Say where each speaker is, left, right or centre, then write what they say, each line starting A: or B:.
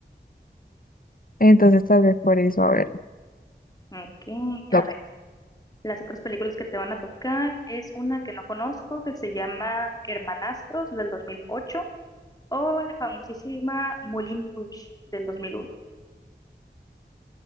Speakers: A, on the left; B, on the left.
A: entonces tal vez por eso, a ver.
B: Ok,
A: loca.
B: a ver. Las otras películas que te van a tocar es una que no conozco, que se llama Hermanastros del 2008 o la famosísima Moulin Rouge del 2001.